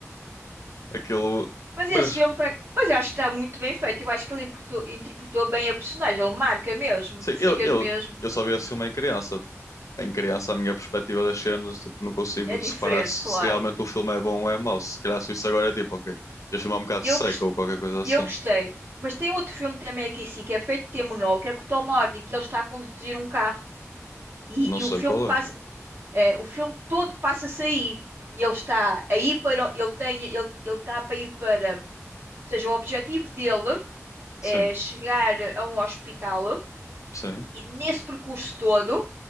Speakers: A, on the left; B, on the right.
A: Aquilo.
B: Mas
A: Mas,
B: esse filme. pra- Mas eu acho que está muito bem feito. Eu acho que ele interpretou, interpretou bem a personagem. Ele marca mesmo.
A: sim,
B: Tu ficas
A: eu, eu,
B: mesmo.
A: eu só vi esse filme em criança. Em criança, a minha perspectiva das cenas, tipo, não consigo
B: É diferente,
A: separar se,
B: claro.
A: se realmente o filme é bom ou é mau. Se calhar se isso agora é tipo, ok, este filme é um bocado
B: Eu
A: seco
B: gostei.
A: ou qualquer coisa assim.
B: E eu gostei. Mas tem outro filme também aqui, sim, que é feito de ter monólogo, que é com o Tom Hardy, que ele está a conduzir um carro. E,
A: Não
B: e
A: sei
B: o filme
A: qual
B: passa,
A: é.
B: eh, o filme todo passa-se aí. E Ele está aí para, ele tem, ele, ele está para ir para, ou seja, o objetivo dele
A: Sim,
B: é chegar a um hospital
A: sim.
B: e nesse percurso todo